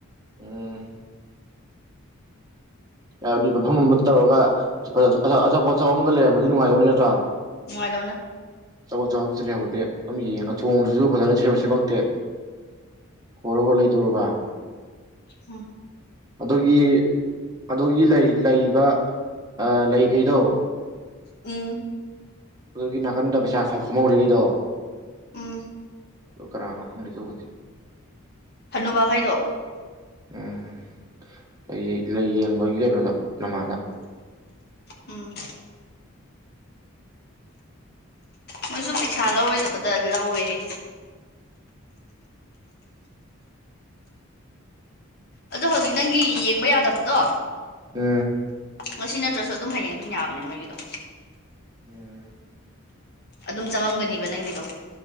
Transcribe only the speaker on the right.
ꯎꯝ ꯍꯥꯏꯕꯗꯤ ꯃꯐꯝ ꯑꯃꯗ ꯇꯧꯔꯒ ꯑꯆꯥꯄꯣꯠꯆꯥꯐꯝ ꯑꯃꯒ ꯂꯩꯔꯝꯝꯕꯗꯤ ꯅꯨꯡꯉꯥꯏꯗꯧꯅꯦ ꯅꯠꯇ꯭ꯔꯥ
ꯆꯥꯄꯣꯠ ꯆꯥꯄꯝ ꯁꯦ ꯂꯩ <inaudible> ꯗ ꯑꯗꯨꯝ ꯌꯦꯡꯉ ꯊꯣꯡꯗꯨꯁꯨ ꯐꯖꯅ ꯁꯦꯝꯃꯛ ꯁꯦꯝꯃꯛꯇꯦ ꯍꯣꯔꯣꯏ ꯍꯣꯔ ꯂꯩꯗꯣꯏꯔꯕ
ꯑꯗꯣꯒꯤ ꯑꯗꯨꯒꯤ ꯂꯩꯔꯤꯕ ꯂꯩꯈꯩꯗꯣ
ꯑꯗꯨꯒꯤ ꯅꯥꯀꯟꯗ ꯄꯩꯁꯥ ꯈꯝꯍꯧꯗ꯭ꯔꯤꯈꯩꯗꯣ
ꯑꯗꯨ ꯀꯔꯥꯅ ꯍꯪ ꯀꯧꯕꯗꯤ
ꯎꯝ ꯂꯩ ꯂꯩ ꯌꯦꯡꯕꯒꯤ ꯀꯩꯅꯣꯗ ꯅꯃꯥꯗ
ꯎ
ꯎꯝ